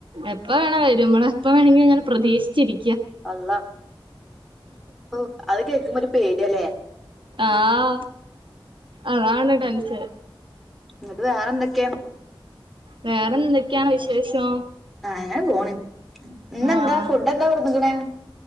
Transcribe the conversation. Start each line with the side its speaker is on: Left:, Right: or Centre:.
Right: എപ്പോ വേണേലും വെരും ഇങ്ങള് എപ്പോവെണെങ്കിലും ങ്ങനെ പ്രതീക്ഷിച്ചിരി
Centre: അള്ളാഹ് ഹോ അത് കേൾക്കുമ്പോ ഒരു പേടിയാലെ?
Right: ആഹ് അതാണ് ടെൻഷൻ.
Centre: ന്നട്ട് വേറെന്തൊക്കെ?
Right: വേറെന്തൊക്കെയാണ് വിശേഷോം?
Centre: ആഹ് ഇങ്ങനെ പോണ് ഇന്നെന്താ
Right: ആഹ്
Centre: ഫുഡ് എന്താ കൊടുത്ക്കണേ